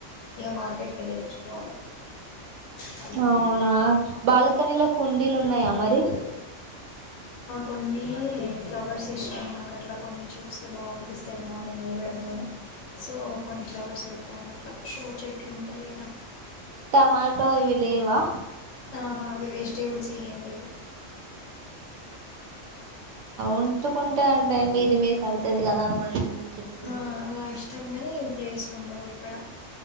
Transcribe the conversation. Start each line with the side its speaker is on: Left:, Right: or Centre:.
Left: ఇంక మార్కెట్కి వెళ్ళి తెచ్చుకోవాలి అ అ మాకు
Right: అవునా
Left: ఎప్పుడు
Right: బాల్కనీలో కుండీలు
Left: చెప్పు
Right: ఉన్నాయా
Left: మా
Right: మరి
Left: ఎప్పుడు కొన్ని ఫ్లవర్స్ ఇష్టం ఉ నాక అట్లా కొన్ని చూస్తే బాగానిపిస్తుంది మార్నింగ్ లేవడంతోనే సో కొన్ని ఫ్లోవర్స్ పెట్ట్టా లక్షో చెట్లు ఉంటాయి కదా
Right: టమాటో ఇవి లేవా
Left: ఆహా వెజిటేబిల్స్ చెయడి
Right: ఉంటుకుంటే అ టైమ్ ఇది మీకు అవుతుంది కదా ఒక రెండు మూడు చెట్లు
Left: ఆ అలా ఇష్టం ని ఏ ప్లేస్లు ఉండవు ఇక్కడ